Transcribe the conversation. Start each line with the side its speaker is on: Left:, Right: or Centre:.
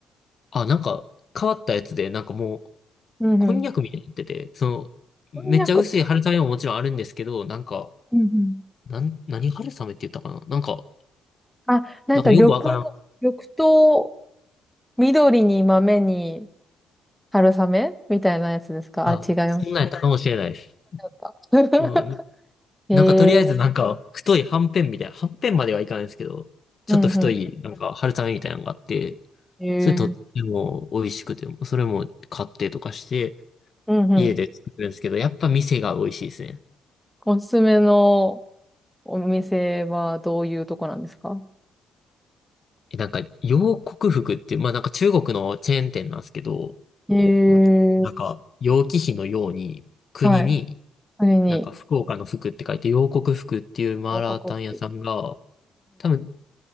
Left: あ、なんか変わったやつで、なんかもう、
Centre: うんうん。
Left: こんにゃくみたいになってて、その、
Centre: こんにゃく。
Left: めっちゃ薄い春雨ももちろんあるんですけど、なんか、
Centre: うんうん。
Left: なん、何春雨って言ったかななんか、
Centre: あ、なんか緑、
Left: なんかよくわからん。
Centre: 緑と緑に豆に春雨みたいなやつですかあ、
Left: あ、
Centre: 違いまし
Left: そんなんやったかもしれないです。
Centre: た。<laughs>
Left: うん。
Centre: へえ
Left: なんかとりあえずなんか、太いはんぺんみたいな、はんぺんまではいかないですけど、ちょっと太い、
Centre: うんう
Left: なんか春雨みたいなのがあって、
Centre: ん。へえ。
Left: それとっても美味しくて、それも買ってとかして、
Centre: うんうん。
Left: 家で作るんですけど、やっぱ店が美味しいですね。
Centre: おすすめのお店はどういうとこなんですか
Left: えなんか、洋国服って、まあなんか中国のチェーン店なんですけど、
Centre: へえ。
Left: まなんか、楊貴妃のように、国に、
Centre: はい。それに。
Left: なんか福岡の福って書いて、楊国福っていうマーラータン屋さんが、
Centre: 報告
Left: 多分、